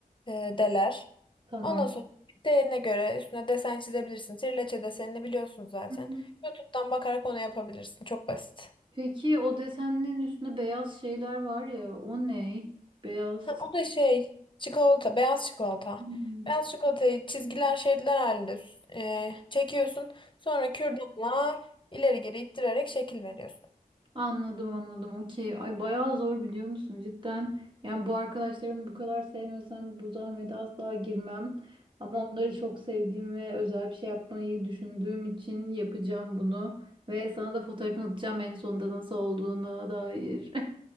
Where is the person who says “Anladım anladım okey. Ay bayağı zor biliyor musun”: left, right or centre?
Right